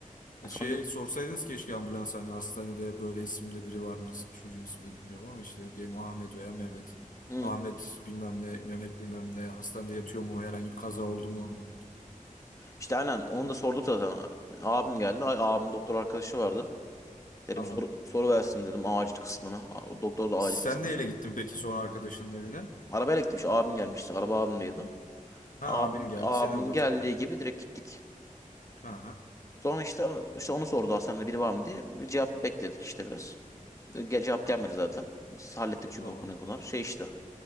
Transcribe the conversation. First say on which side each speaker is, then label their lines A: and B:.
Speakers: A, on the left; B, on the left.
A: E,
B: Sonra
A: Şey
B: de-
A: sorsaydınız keşke ambulans hani hastanede böyle isimde biri var mı? Çocuğun ismini bilmiyorum ama işte diyelim Ahmet veya Mehmet.
B: Hmm,
A: Ahmet bilmem ne, Mehmet bilmem ne hastanede yatıyor mu? Herhangi bir kaza oldu mu?
B: işte aynen onu da sorduk zaten. Abim geldi. Ay, abim doktor arkadaşı vardı. Dedim
A: Tamam.
B: soru, soru versin dedim acil kısmına. A- Doktor da
A: Sen
B: acil kısmı.
A: neyle gittin peki sonra arkadaşının evine?
B: Arabayla gitmiş abim gelmişti. Araba abimdeydi.
A: Ha
B: Abim,
A: abin geldi
B: abim
A: seni o götürdü.
B: geldiği gibi direkt gittik.
A: Ha ha
B: Sonra işte, işte onu sordu hastanede biri var mı diye. Bir cevap bekledik işte biraz. Ge- cevap gelmedi zaten. Biz hallettik çünkü
A: tamam.
B: o konuyu konular. Şey işte.